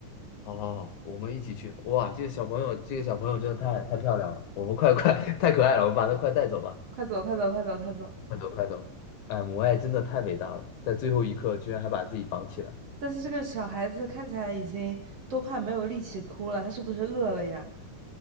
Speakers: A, on the left; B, on the right.
A: 好好好，我们一起去。哇，这个小朋友，这个小朋友真的太太漂亮了，我们快快 <laughs> 太可爱了，我们把他快带走吧，
B: 快走，快走，快走，快走！
A: 快走快走。哎，母爱真的太伟大了，在最后一刻居然还把自己绑起来。
B: 但是这个小孩子看起来已经都快没有力气哭了，他是不是饿了呀？